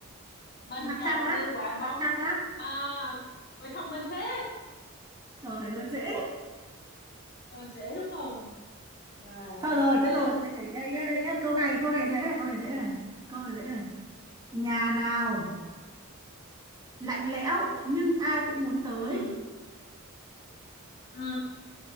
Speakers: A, on the left; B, on the right.
A: mình
B: mặt
A: tròn
B: trăng á
A: như quả bóng
B: mặt trăng á
A: à ôi thông minh thế
B: trời ơi dễ
A: rồi dễ đúng không rồi
B: thôi rồi
A: thế
B: thế rồi thế đây đây, nhá, đây nhá. câu này câu này dễ này câu
A: ừ.
B: này dễ này câu này dễ này nhà nào lạnh lẽo
A: Ừ.
B: nhưng ai cũng muốn tới
A: Ừ. Ừ.